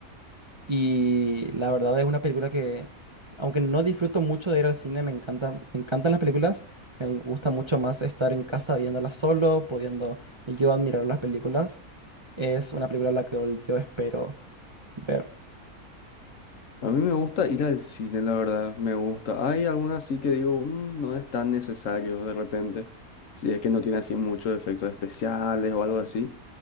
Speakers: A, on the right; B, on the left.
A: Y la verdad es una película que, aunque no disfruto mucho de ir al cine, me encanta, me encantan las películas. Me gusta mucho más estar en casa viéndolas solo, pudiendo yo admirar las películas. Es una película la que yo espero ver.
B: A mí me gusta ir al cine, la verdad, me gusta. Hay algunas sí que digo, "Mm, no es tan necesario de repente, si es que no tiene así muchos efectos especiales o algo así,